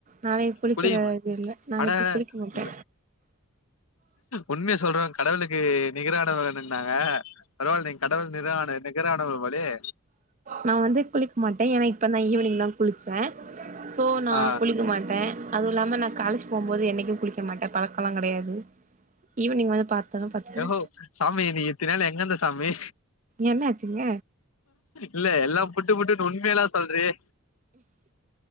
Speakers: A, on the right; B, on the left.
A: நாளைக்கு குளிக்கற
B: குளிக்குங்க
A: இது இல்ல நாளைக்கு
B: அட அட
A: குளிக்க மாட்டே
B: இந்த உண்மைய சொல்றவ கடவளுக்கு நிகரானுவங்கன்னாங்க பரவால்ல நீங்க கடவுள் நிரான நிகரானவர் போலயே
A: நா வந்து குளிக்க மாட்டே ஏன்னா இப்ப நா ஈவினிங் தா குளிச்ச சோ நா
B: ஆ
A: குளிக்க மாட்டே அதுவு இல்லாம நா காலேஜ் போம்போது என்னைக்கு குளிக்க மாட்ட பழக்கல்லா கெடையாது ஈவினிங் வந்து பாத்தோன பாத்துக்குவே
B: ஓ சாமி நீ இத்தின் நாள் எங்க இருந்த சாமி
A: என்ன ஆச்சுங்க
B: இல்ல எல்லா புட்டு புட்டுனு உண்மையலா சொல்றயே